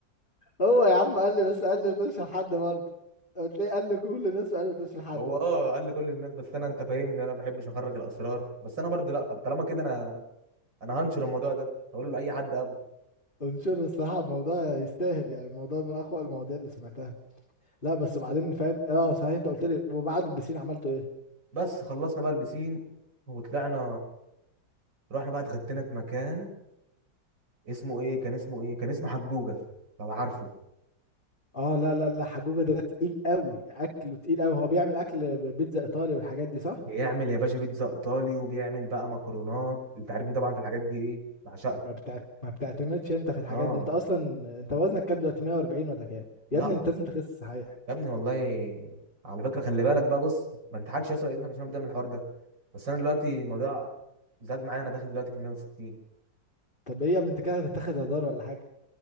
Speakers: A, on the left; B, on the right.
A: هو يا عم قال لي بس قال لي ما تقولش لحد برضه قلت ليه قال لي كل الناس قال لي ما تقولش لحد
B: هو اه قال لي كل الناس بس انا انت فاهمني انا ما بحبش اخرج الاسرار بس انا برضه لا طب طالما كده انا انا هنشر الموضوع ده هقوله لاي حد قبله
A: انشر الصراحة الموضوع يستاهل يعني الموضوع من أقوى المواضيع اللي سمعتها لا بس بعدين فاهم اه صحيح انت قلت لي وبعد البسين عملته ايه
B: بس خلصنا بقى البسين وطلعنا رحنا بقى اتغدينا في مكان اسمه ايه كان اسمه ايه كان اسمه حجوجة لو عارفه
A: اه لا لا لا حجوجة ده تقيل قوي اكله تقيل قوي هو بيعمل اكل بيتزا ايطالي والحاجات دي صح
B: بيعمل يا باشا بيتزا ايطالي وبيعمل بقى مكرونات انت عارفني طبعا في الحاجات دي ايه بعشقها
A: ما بتعت... ما بتعتمدش انت في الحاجات
B: اه
A: دي انت اصلا انت وزنك كام دلوقتي 140 ولا كام
B: لا
A: يا ابني انت لازم تخس صحيح
B: يا ابني والله على فكرة خلي بالك بقى بص ما تضحكش يا اسطى على اذنك عشان بدأ من الحوار ده بس انا دلوقتي الموضوع زاد معايا انا داخل دلوقتي في 160
A: طب ايه يا ابني انت كده هتتاخد هدار ولا حاجة